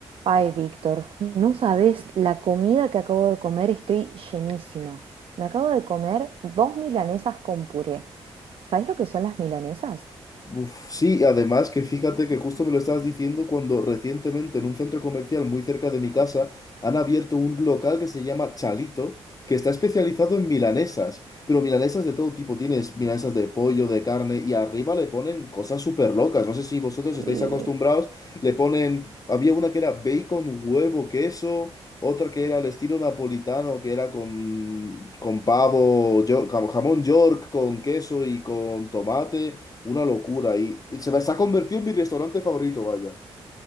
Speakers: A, on the right; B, on the left.
A: Ay, Víctor, no sabes la comida que acabo de comer, estoy llenísima. Me acabo de comer dos milanesas con puré. ¿Sabes lo que son las milanesas?
B: Uf, sí, además que fíjate que justo me lo estabas diciendo cuando recientemente en un centro comercial muy cerca de mi casa han abierto un local que se llama Chalito, que está especializado en milanesas, pero milanesas de todo tipo, tienes milanesas de pollo, de carne y arriba le ponen cosas súper locas, no sé si vosotros
A: Sí,
B: estáis acostumbrados, le ponen, había una que era bacon, huevo, queso, otra que era al estilo napolitano, que era con, con pavo, yo- jamón york, con queso y con tomate. Una locura y se me se ha convertido en mi restaurante favorito, vaya.